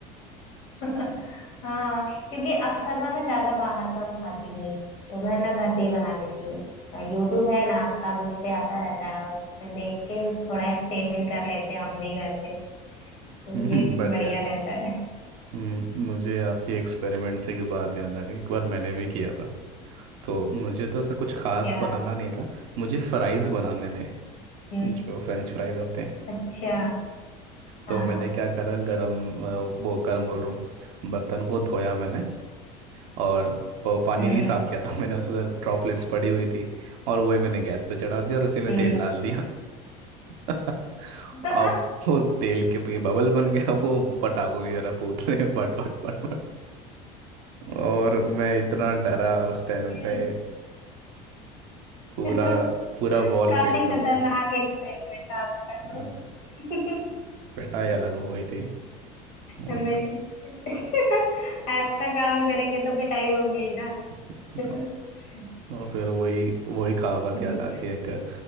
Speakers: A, on the left (about 65°); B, on the right (about 65°).
A: <laughs> हाँ क्योंकि अक्सर ना मैं ज्यादा बाहर का वो खाती नहीं हूँ तो मैं ना घर पे ही बना लेती हूँ ना यूट्यूब है ना सब उस पे आता रहता है उस पे देख के थोड़ा एक्सपेरिमेंट कर लेते हैं हम भी घर पे तो
B: <laughs> हम्म,
A: ये
B: बढ़िया
A: बढ़िया
B: है।
A: रहता है <laughs>
B: हम्म, मुझे आपकी एक्सपेरिमेंट से एक बात याद आ गई एक बार मैंने भी किया था तो मुझे तो ऐसा कुछ खास
A: क्या
B: बनाना नहीं था मुझे फ्राइज़ बनाने थे
A: हम्म
B: जो फ्रेंच फ्राइज आते हैं
A: अच्छा
B: तो
A: हाँ
B: मैंने क्या करा गरम अ, वो गरम बोल रहा हूँ बर्तन को धोया मैंने और प- पानी
A: हम्म
B: नहीं साफ किया था <laughs> मैंने उसमें ड्रॉपलेट्स पड़ी हुई थी और वही मैंने गैस पे चढ़ा दिया और उसी में
A: हम्म
B: तेल डाल दिया <laughs>
A: <laughs>
B: अब वो तेल के ये बबल बन गया वो पटाखों की तरह फूट रहे हैं बट बट बट बट और मैं इतना डरा उस टाइम
A: ये
B: पे पूरा
A: तो- <laughs>
B: पूरा वॉल
A: काफी
B: पेंट
A: खतरनाक
B: हो गया
A: एक्सपेरिमेंट आपका तो
B: मैं तो
A: <laughs>
B: पिटाई अलग हो गई थी वही
A: हमें
B: तो
A: <laughs> ऐसा काम करेंगे तो पिटाई होगी ही ना
B: वही
A: <laughs>
B: तो और फिर वही वही कहावत
A: तो
B: याद आती है कि